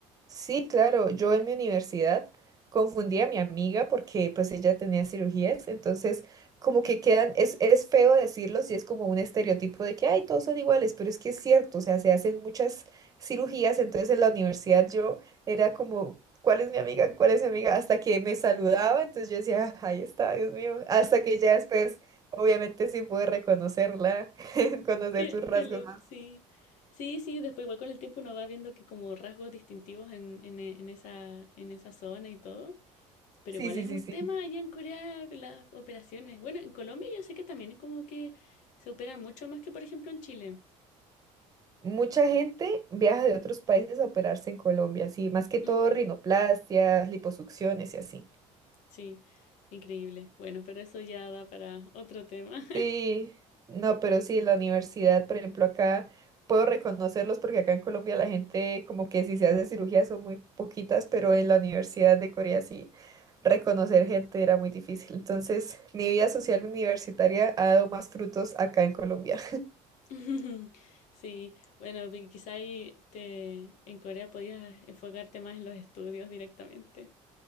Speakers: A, on the right; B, on the left.
A: Sí, claro, yo en mi universidad confundí a mi amiga porque pues ella tenía cirugías, entonces como que quedan, es, es feo decirlo, si es como un estereotipo de que, ay, todos son iguales, pero es que es cierto, o sea, se hacen muchas cirugías, entonces en la universidad yo era como, ¿cuál es mi amiga? ¿Cuál es mi amiga? Hasta que me saludaba, entonces yo decía, "Ah, ahí está, Dios mío, hasta que ya después, obviamente sí pude reconocerla, <laughs> conocer
B: Qué,
A: sus rasgos
B: qué loco,
A: más.
B: sí. Sí, sí, después igual con el tiempo uno va viendo que como rasgos distintivos en, en, e- en esa, en esa zona y todo. Pero
A: Sí,
B: igual
A: sí,
B: es
A: sí,
B: un
A: sí.
B: tema allá en Corea las operaciones. Bueno, en Colombia yo sé que también como que se operan mucho más que por ejemplo en Chile.
A: Mucha gente viaja de otros países a operarse en Colombia, sí, más que todo
B: Ujú,
A: rinoplastias, liposucciones y así.
B: sí, increíble. Bueno, pero eso ya da para otro tema.
A: Sí, no, pero sí, la universidad, por ejemplo, acá puedo reconocerlos porque acá en Colombia la gente como que si se hace cirugía son muy poquitas, pero en la Universidad de Corea sí reconocer gente era muy difícil. Entonces, mi vida social universitaria ha dado más frutos acá en Colombia
B: <laughs> Sí, bueno, pi- quizá ahí te, en Corea podías enfocarte más en los estudios directamente.